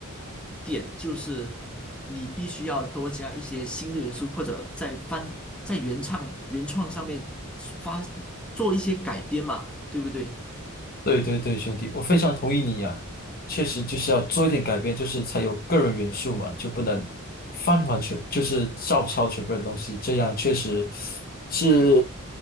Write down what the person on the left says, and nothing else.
对对对，兄弟，我非常同意你呀、确实就是要做一点改变，就是才有个人元素嘛，就不能翻完全就是照抄全部的东西，这样确实是